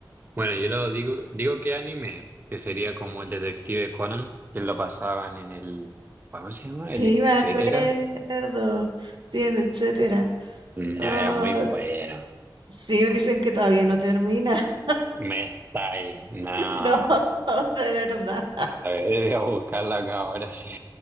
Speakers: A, on the right; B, on the right.
A: Bueno, yo lo digo, digo que anime, que sería como el Detective Conan, que lo pasaban en el... ¿Cómo se llama? El
B: Sí,
A: etcétera.
B: me acuerdo. Bien, etcétera.
A: No,
B: Oh,
A: era muy bueno.
B: sí, dicen que todavía no termina.
A: Me está ahí. No,
B: <laughs>
A: a
B: No, de verdad.
A: ver, <laughs> voy a buscarla acá ahora <laughs> sí.